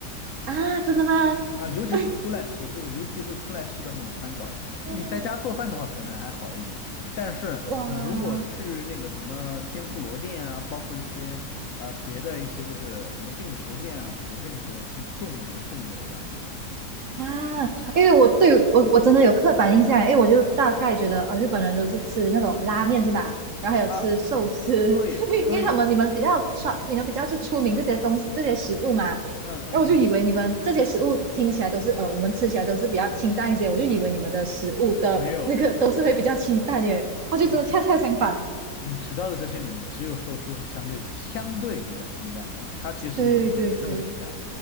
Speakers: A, on the right (about 55°); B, on the left (about 60°).
A: 啊，真的吗？
B: 啊，尤其是出来吃，
A: 哎，
B: 就是尤其是出来吃的那种餐馆儿，自己在家做饭的话可能还好一点，
A: 哦，
B: 但是你如果去那个什么天妇罗店啊，
A: 哇，
B: 包括一些呃别的一些就是什么定时店啊，我跟你说是重盐重油的
A: 啊，因为我对我我真的有刻板印象，因为我就大概觉得，呃，日本人都是吃那种拉面是吧？然后还有吃寿司，
B: 啊，对对，
A: <laughs> 对因为他们你们比较传，你们比较就出名这些东西这些食物嘛。
B: 嗯嗯嗯，
A: 然后我就以为你们这些食物听起来都是，呃，我们吃起来都是比较清淡一些，我就以为你们的食物的
B: 没有，
A: 都是会比较清淡耶，我就真的恰恰相反。
B: 你提你提到的这些里面，只有寿司是相对相对比较清淡的啊，它其实有的也没那么清淡，
A: 对对对，